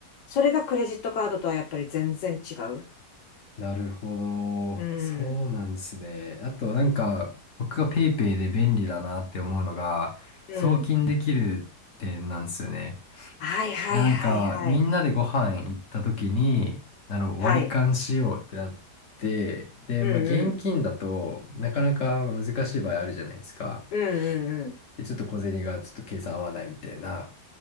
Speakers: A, on the left (about 85°); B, on the left (about 50°).
A: それがクレジットカードとはやっぱり全然違う。
B: なるほ
A: うん。
B: ど。そうなんですね。あとなんか、僕がペイペイで便利だなって思うのが、
A: うん。
B: 送金できる点なんですよね。
A: はいはいはいはい。
B: いや、なんか、みんなでご飯行った時に、あの、
A: はい。
B: 割り勘しようってなって、で、
A: うんうん。
B: まあ、現金だとなかなか難しい場合あるじゃないですか。
A: うんうんう
B: で、ちょっと小銭がちょっと計算合わないみたいな。